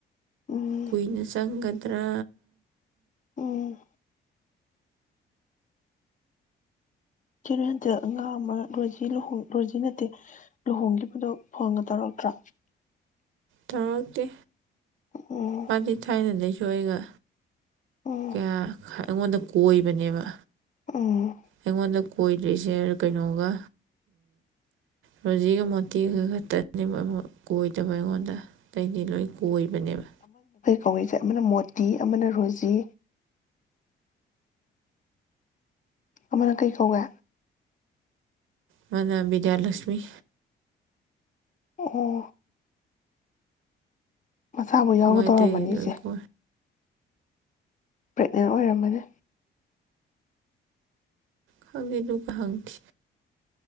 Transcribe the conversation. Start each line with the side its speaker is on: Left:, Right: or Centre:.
Left: ꯎꯝ
Right: ꯀꯨꯏꯅ ꯆꯪꯒꯅꯤ ꯇꯔ
Left: ꯎꯝ ꯀꯦꯔꯣ ꯍꯟꯇꯛ ꯑꯉꯥꯡ ꯑꯃ ꯔꯣꯖꯤ ꯔꯣꯖꯤ ꯅꯠꯇꯦ ꯂꯨꯍꯣꯡꯈꯤꯕꯗꯨꯣ ꯐꯪꯉ ꯇꯧꯔꯛꯇ꯭ꯔꯥ
Right: ꯇꯥꯛꯇ
Left: ꯎꯝ
Right: ꯃꯥꯗꯤ ꯊꯥꯏꯅꯗꯩ ꯅꯣꯏꯒꯥ
Left: ꯎꯝ
Right: ꯀꯌꯥ ꯑꯩꯉꯣꯟꯗ ꯀꯣꯏꯕꯅꯦꯕ
Left: ꯎꯝ
Right: ꯑꯩꯉꯣꯟꯗ ꯀꯣꯏꯗ꯭ꯔꯤꯁꯦ ꯀꯩꯅꯣꯒ ꯔꯣꯖꯤꯒ ꯃꯣꯇꯤꯒ ꯈꯛꯇꯅꯤ ꯀꯣꯏꯗꯕ ꯑꯩꯉꯣꯟꯗ ꯑꯇꯩꯗꯤ ꯂꯣꯏ ꯀꯣꯏꯕꯅꯦꯕ
Left: ꯀꯣꯏꯁꯦ ꯑꯃꯅ ꯃꯣꯇꯤ ꯑꯃꯅ ꯔꯣꯖꯤ ꯑꯃꯅ ꯀꯩ ꯀꯧꯋꯦ
Right: ꯃꯅ ꯕꯤꯗ꯭ꯌꯥꯂꯛꯁꯃꯤ
Left: ꯑꯣ ꯃꯆꯥꯥꯕꯨ ꯌꯥꯎꯅ
Right: ꯃꯣꯏ
Left: ꯇꯧꯔꯝꯃꯅꯤ
Right: ꯑꯇꯩꯗꯤ
Left: ꯏꯆꯦ
Right: ꯂꯣꯏ ꯀꯣꯏ
Left: ꯄ꯭ꯔꯦꯛꯅꯦꯟ ꯑꯣꯏꯔꯝꯃꯅꯤ
Right: ꯈꯪꯗꯦ ꯑꯗꯨꯒ ꯍꯪꯗꯦ